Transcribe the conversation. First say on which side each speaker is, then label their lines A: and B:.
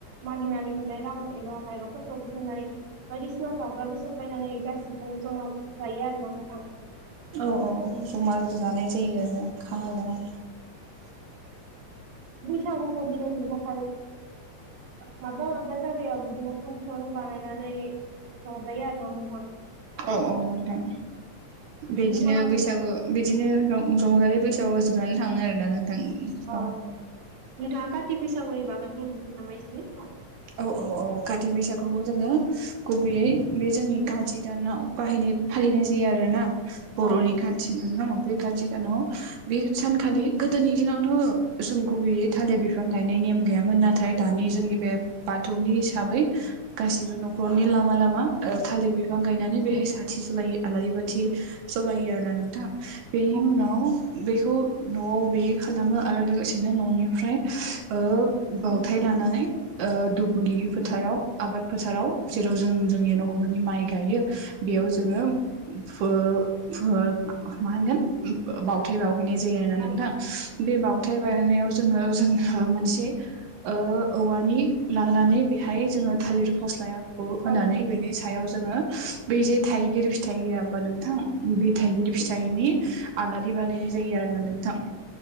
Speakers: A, on the right; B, on the right.
A: मागिनानै मोननाय रां एबा माइरंफोरखौ बुथुमनानै बायदिसिना जाग्रा बेसाद बायनानै गासिबो जमा जायो आरोना नोंथां
B: औ औ जमा जानाय जायो आरो खाना जानाय
A: सागुखौ बिदाय होनो थाखाय ओ माबबा माबबा जायगायाव बिदिनो फानस्न बानायनानै बानायनानै रंजायो आरो ना नोंथां
B: औ औ नोंथां बिदिनो
A: नोंथाङा
B: बैसागु बिदिनो रंजालि बैसोआ जोबनानै थाङो आरोना नोंथां
A: अ
B: औ
A: नोंथाङा काथि बैसागुनि बागै बुंहरनो नामा इसे
B: औ औ औ काथि बैसागुखौ जोङो गुबैयै बे जोंनि खाथि दानाव बाहायनाय फालिनाय जायो आरो ना बर'नि
A: औ
B: खाथि दान नाव बे खाथि दानाव बे सानखालि गोदोनि दिनावथ' सम गुबैयै थालिर बिफां गाय नेम गैयामोन नाथाय दा जोंनि बे बाथौनि हिसाबै गासिबो नखरनि लामा लामा लामा थालिर बिफां गायनानै बेहाय सार बाथि जलायो आलारि बाथि जलायो आरोना नोंथां बेनि
A: औ
B: उनाव बेखौ न'आव बे खालामो आरो लोगोसेनो न'निफ्राय ओ बावथाय लानानै ओ दुब्लि फोथाराव आबाद फोथाराव
A: मागं
B: जेराव जों जोंनि न'खरनि माइ गायो बेयाव जोङो फो फो मा होनगोन बावथाय बावहैनाय जायो आरोना
A: अ
B: नोंथां बे बावथाय बावनायाव जोङो जोंहा मोनसे ओ औवानि लानानै बेहाय जोंङो‌ थालिर फस्लायाखौ
A: ओंखारबाय
B: होनानै बेनि सायाव जोङो बै जे थाइगिर फिथाइ फिथाइ होआ होमबा नोंथां बे थाइगिर
A: सिगांथ'
B: फिथाइनि आलारि बानायनाय जायो आरोना नोंथां